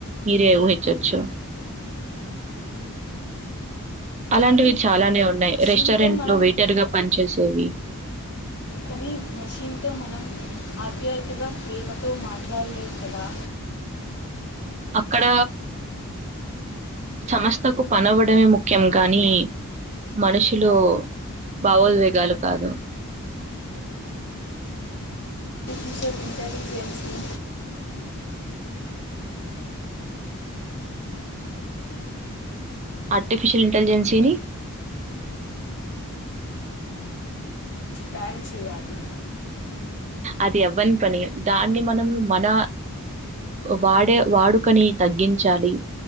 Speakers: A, on the right; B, on the left.
A: మీరే ఊహించచ్చు అలాంటివి
B: కానీ
A: చాలానే ఉన్నాయి
B: మషీన్తో
A: రెస్టారెంట్
B: మనం
A: లో వెయిటర్ గా పని చేేసేవి
B: కానీ మషీన్తో మనం ఆప్యాయతగా ప్రేమతో మాట్లాడలేము కదా
A: అక్కడ సమస్థకు పనవ్వడమే ముఖ్యం కానీ మనుషులు భావోద్వేగాలు కాదు
B: ఇంచెల్ ఇంటెలిజేన్స్ ని
A: ఆర్టిఫిషియల్ ఇంటెలిజెన్సీ ని
B: బ్యాన్ చేయాలి
A: అది అవ్వని పని దాన్ని మనము మన వాడే వాడుకని తగ్గించాలి